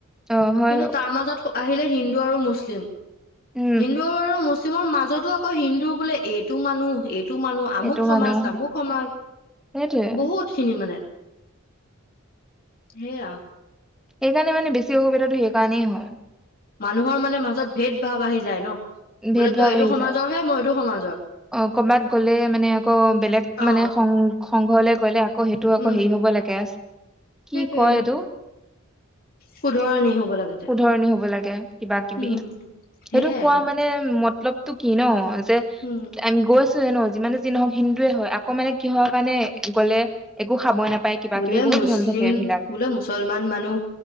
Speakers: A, in the centre; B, on the left.
A: অহ, হয়ৰো।
B: কিন্তু তাৰ মাজত আহিলে হিন্দু আৰু মুছলিম।
A: উম
B: হিন্দু আৰু মুছ মৰ মাজতো আকৌ হিন্দু বোলে এইটো মানুহ এই টো মানুহ
A: সেইটো
B: আমুক সমাজ-
A: মানুহ
B: তামুক সমাজ
A: সেইটোৱে
B: বহুত খিনি মানে। <inaudible> সেয়া।
A: সেইকাৰণে মানে বেছি অসুবিধাটো সেইকাৰণেই হয়।
B: মানুহৰ মানে মাজত ভেদ- ভাব আহি যায় ন'?
A: ভেদ
B: বোলে তই
A: ভাৱ
B: এইটো
A: আহি
B: সমাজৰহে
A: যায়
B: মই এইটো সমাজৰ।
A: অ', ক'বাত গলে মানে আকৌ বেলেগ মানে
B: অ
A: সং- সংঘলে আকৌ সেইটো
B: উম
A: আকৌ হেৰি হব লাগে কি
B: সেইটোয়ে
A: কয় এইটো <inaudible>
B: শুধৰণি হ'ব লাগে যে
A: শুধৰণি হব লাগে কিবা- কিবি
B: উম
A: সেইটো
B: সেয়াই
A: কোৱা মানে মতলব তো কি ন'
B: উম
A: গৈছোৱে ন যিমানে যি নহওক হিন্দুৱে হয় আকৌ মানে কিহৰ কাৰণে গ'লে একো খাবই নাপায় কিবা
B: বোলে
A: কিবি বহুত
B: মুছলিম
A: নিয়ম থাকে এইবিলাক
B: বোলে মুছলমান মানুহ